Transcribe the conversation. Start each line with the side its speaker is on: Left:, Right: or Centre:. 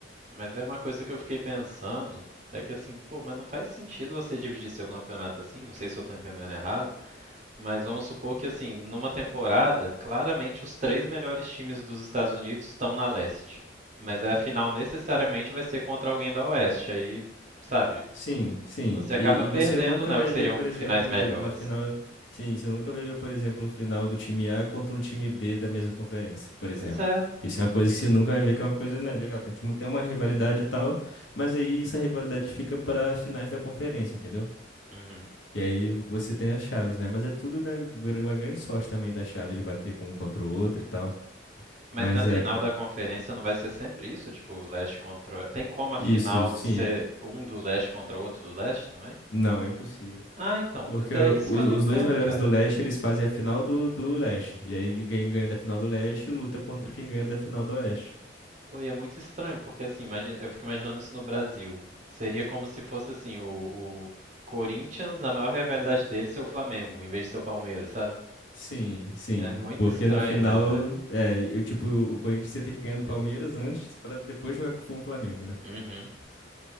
Right: Mas é uma coisa que eu fiquei pensando, é que assim, pô, mas não faz sentido você dividir seu campeonato assim, não sei se eu tô entendendo errado. Mas vamos supor que, assim, numa temporada, claramente os três melhores times dos Estados Unidos estão na leste. Mas aí a final necessariamente vai ser contra alguém da oeste. Aí, sabe,
Left: Sim, sim.
Right: você
Left: E,
Right: acaba
Left: e
Right: perdendo,
Left: você nunca
Right: né,
Left: vai
Right: o que seriam
Left: ver, por exemplo,
Right: finais melhores.
Left: uma final. Sim, você nunca vai ver, por exemplo, o final do time A contra um time B da mesma conferência, por exemplo.
Right: Pois é.
Left: Isso é uma coisa que você nunca vai ver, que é uma coisa, né, legal. Tem tipo, tem uma rivalidade e tal, mas aí essa rivalidade fica para as finais da conferência, entendeu?
Right: Uhum.
Left: Que aí você tem as chaves, né? Mas é tudo, né, gra- uma grande sorte também das chaves de bater com um contra o outro e tal.
Right: Mas
Left: Mas
Right: na final
Left: é, cara.
Right: da conferência não vai ser sempre isso? Tipo, leste contra. Tem como a final
Left: Isso, sim.
Right: ser um do leste contra outro do leste também?
Left: Não, é impossível.
Right: Ah, então,
Left: Porque
Right: pois
Left: o-
Right: é, isso
Left: os,
Right: que eu
Left: os
Right: não entendo,
Left: dois melhores
Right: cara.
Left: do leste, eles fazem a final do, do leste. E aí quem ganha da final do leste luta contra quem ganha da final do oeste.
Right: Pô, e é muito estranho, porque assim, imagina, eu fico imaginando isso no Brasil. Seria como se fosse assim, o, o Corinthians, a maior rivalidade dele ser o Flamengo, em vez de ser o Palmeiras, sabe?
Left: Sim, sim.
Right: É muito
Left: Porque
Right: estranho
Left: no final,
Right: imaginar isso.
Left: é, eu, tipo, o Corinthians ia ter que ganhar do Palmeiras antes pra depois jogar com o Flamengo, né?
Right: Uhum,